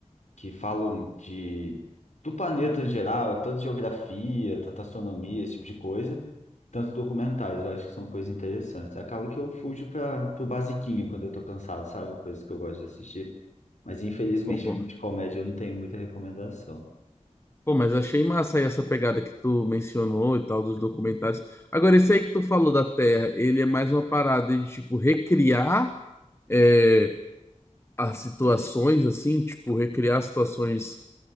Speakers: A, on the left; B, on the left.
A: que falam de, do planeta em geral, tanto geografia, tanto astronomia, esse tipo de coisa, tanto documentários, eu acho que são coisas interessantes. Acaba que eu fujo para o basiquinho quando eu tô cansado, sabe? Coisas que eu gosto de assistir. Mas infelizmente
B: Pô,
A: filme de comédia eu não tenho muita recomendação.
B: Pô, mas achei massa aí essa pegada que tu mencionou e tal dos documentários. Agora, esse aí que tu falou da Terra, ele é mais uma parada de, tipo, recriar é, as situações, assim, tipo, recriar as situações